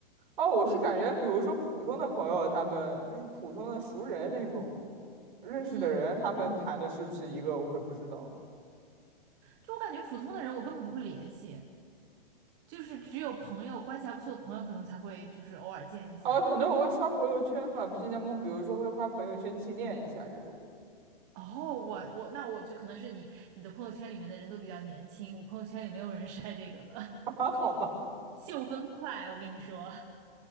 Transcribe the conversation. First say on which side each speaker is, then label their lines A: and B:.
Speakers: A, on the right; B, on the right.
A: 哦，我是感觉，
B: 都有。
A: 比如说普通的朋友，他们就是普通的熟人那种认识的人，
B: 嗯，
A: 他们谈的是不是一个，我会不知道。
B: 就我感觉普通的人我根本不会联系，就是只有朋友关系还不错的朋友可能才会就是偶尔见一下。
A: 哦，可能我会刷朋友圈嘛，毕竟他们比如说会发朋友圈纪念一下这种。
B: 哦，我我那我觉得可能是你你的朋友圈里面的人都比较年轻，我朋友圈里没有人晒这个的，
A: <laughs> 啊，好吧，
B: <laughs> 秀分快，我跟你说，